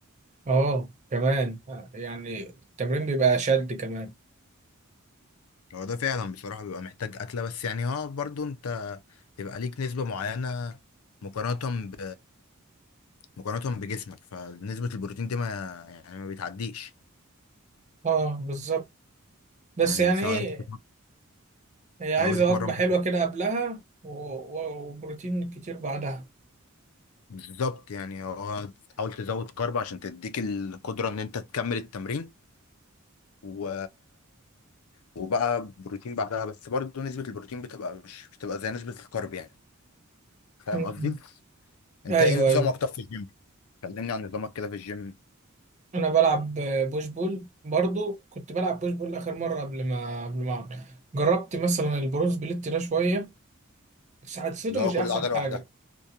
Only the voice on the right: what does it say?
اه كمان يعني التمرين بيبقى شد كمان
اه بالظبط بس
يعني
ايه
هي عايزة
وجبة حلوة كده قبلها و- و- وبروتين كتير بعدها
<laughs>
ايوه
ايوه
انا بلعب بوش بول برضو كنت بلعب بوش بول اخر مره قبل ما قبل ما أعمل. جربت مثلا البرو سبليت ده شويه بس حسيته
مش
احسن
حاجه